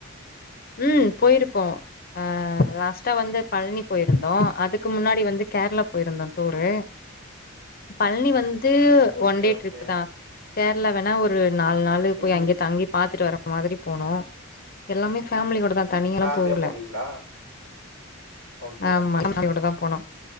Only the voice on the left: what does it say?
ம் போயிருக்கோ ஆ லாஸ்ட்டா வந்து பழனி போயிருந்தோ அதுக்கு முன்னாடி வந்து கேரளா போயிருந்தோ டூரு
பழனி வந் து
ஒன் டே
டிரிப்புதா கேரளா வேணா ஒரு நாலு நாள் போய்
அங்கயே தங்கி பாத்துட்டு வர மாதிரி போனோ எல்லாமே ஃபேமிலிகூட தா தனியால்லா
போவுல
ஆமா
எல்லா ஃபேமிலியோடதா போனோ